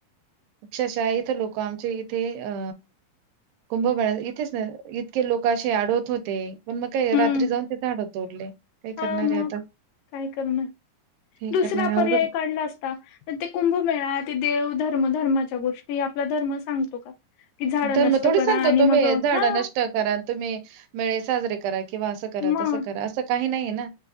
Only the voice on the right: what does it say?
अक्षाशा इथ लोक आमचे इ ते अ कुंभमेळ इथेच ना इतके लोकशी आडवत होते. पण मग काय
रात्री जाऊन ते झाडे तोडले काय
करणारे
आता.
काही
करणार आहे अवघड
धर्म
थोडी
सांगतो
तुम्ही
झाड
नष्ट करा तुम्ही मेळे साजरे करा. किंवा असं करा
तसं करा असं काही नाहीये ना.